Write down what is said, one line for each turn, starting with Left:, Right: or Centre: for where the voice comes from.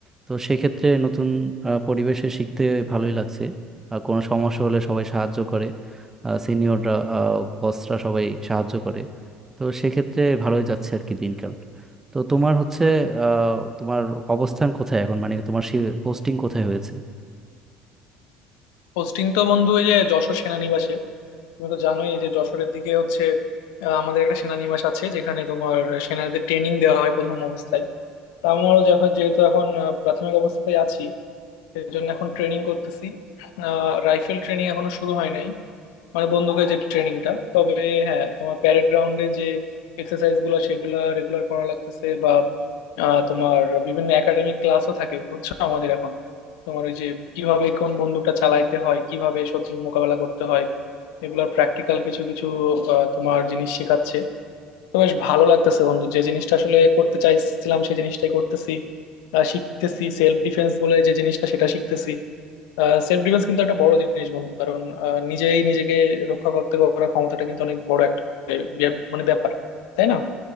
Right: তো সেক্ষেত্রে নতুন আহ, পরিবেশে শিখতে ভালোই লাগছে আর কোনো সমস্যা হলে সবাই সাহায্য করে সিনিয়ররা বসরা সবাই সাহায্য করে তো সেক্ষেত্রে ভালোই যাচ্ছে আর কি দিনকাল তো তোমার হচ্ছে আহ, তোমার অবস্থান কোথায় এখন মানে তোমার পোস্টিং কোথায় হয়েছে
Left: পোস্টিং তো বন্ধু এই যে যশোর সেনানিবাসে তুমি তো জানোই এই যে যশোরের দিকে হচ্ছে আহ, আমাদের একটা সেনানিবাস আছে যেখানে তোমার সেনাদের ট্রেনিং দেওয়া হয় প্রথম অবস্থায় তো আমারও যখন যেহেতু এখন আহ, প্রাথমিক অবস্থাতেই আছি এর জন্য এখন ট্রেনিং করতেছি রাইফেল ট্রেনিং এখনো শুরু হয় নাই মানে বন্দুকের যে ট্রেনিংটা তবে হ্যাঁ তোমার প্যারেড গ্রাউন্ডে যে এক্সারসাইজ গুলো সেগুলো রেগুলার করা লাগতেছে বা আহ, তোমার বিভিন্ন একাডেমিক ক্লাসও থাকে বুঝছো আমাদের এখন তোমার ওই যে কিভাবে কোন বন্দুকটা চালাইতে হয় কিভাবে শত্রুর মোকাবেলা করতে হয় এগুলোর প্র্যাকটিক্যাল কিছু কিছু আহ, তোমার জিনিস শেখাচ্ছে তো বেশ ভালো লাগতেছে বন্ধু যে জিনিসটা আসলে করতে চাইছিলাম সেই জিনিসটাই করতেছি আহ, শিখতেছি সেলফ ডিফেন্স বলে যে জিনিসটা সেটা শিখতেছি সেলফ ডিফেন্স কিন্তু একটা বড় জিনিস বন্ধু কারণ আহ, নিজেই নিজেকে রক্ষা করতে করার ক্ষমতাটা কিন্তু অনেক বড় একটা ব্যা- মানে ব্যাপার তাই না